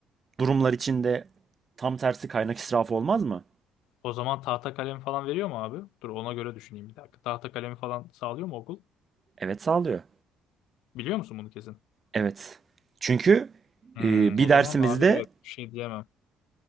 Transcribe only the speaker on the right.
durumlar içinde tam tersi kaynak israfı olmaz mı?
Evet sağlıyor.
Evet. Çünkü
e, bir
dersimizde